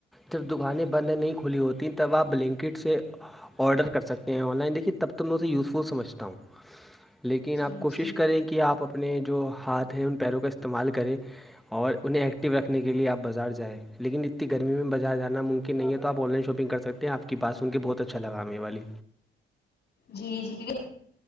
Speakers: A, in the centre; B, on the left.
A: جب دکانیں بندیں نہیں کھلی ہوتییں تب آپ بلینکٹ سے آرڈر کر سکتے ہیں آن لائن دیکھیے تب تک میں اسے یوزفل سمجھتا ہوں لیکن
B: جی
A: آپ
B: جی
A: کوشش کریں کہ آپ اپنے جو ہاتھ ہیں ان پیروں کا استعمال کریں اور انہیں ایکٹیو رکھنے کے لیے آپ بازار جائیں لیکن اتنی گرمی میں بازار جانا مم کہ نہیں ہے آن لائن شاپنگ کرک ہیں آپ کی بات سن کے بہت اچھا لگا ہمیرے والی
B: جی جی